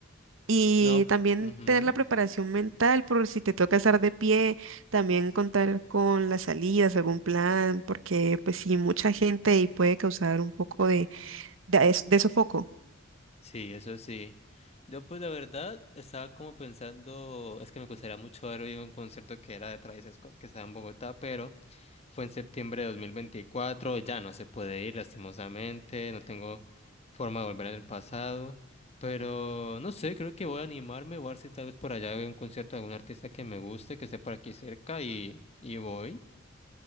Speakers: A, on the right; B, on the left.
A: Y
B: No.
A: también
B: ujú,
A: tener la preparación mental por si te toca estar de pie, también contar con las salidas, algún plan, porque pues sí, mucha gente y puede causar un poco de, de, de sofoco.
B: Sí, eso sí. Yo pues la verdad estaba como pensando, es que me gustaría mucho haber oído un concierto que era de Travis Scott que estaba en Bogotá, pero... Fue en septiembre de 2024. ya no se puede ir lastimosamente, no tengo forma de volver en el pasado, pero no sé, creo que voy a animarme, voy a ver si tal vez por allá veo un concierto de algún artista que me guste, que esté por aquí cerca y, y voy.